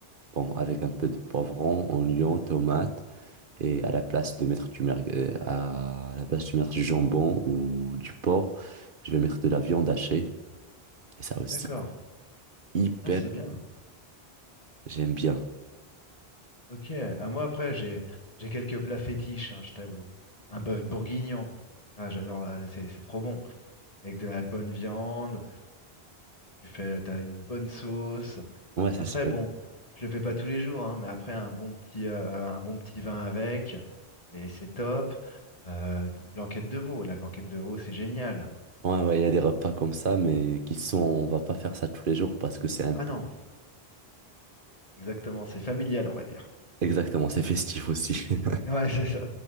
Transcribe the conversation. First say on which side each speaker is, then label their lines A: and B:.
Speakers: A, on the right (about 55°); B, on the left (about 35°).
A: Bon, avec un peu de poivron, oignon, tomate. Et à la place de mettre du mergue- euh, à la place de mettre du jambon ou du porc, je vais mettre de la viande hachée. Et ça aussi,
B: D'accord.
A: hyper,
B: Ah, c'est bien.
A: j'aime bien.
B: Ok. À moi, après, j'ai j'ai quelques plats fétiches, hein, je t'avoue. Un bœuf bourguignon. Ah, j'adore. ah, c'est c'est trop bon. Avec de la bonne viande. Tu fais, t'as une bonne sauce.
A: Ouais, c'est
B: Après,
A: sûr.
B: bon, je le fais pas tous les jours, hein, mais après un bon petit euh, un bon petit vin avec, et c'est top. Euh, une blanquette de veau. La blanquette de veau, c'est génial.
A: Ouais, ouais, il y a des repas comme ça, mais qui sont, on va pas faire ça tous les jours parce que c'est un
B: Ah
A: peu,
B: non, exactement. C'est familial, on va dire.
A: exactement, c'est festif aussi. <laughs>
B: Ouais, c'est ça.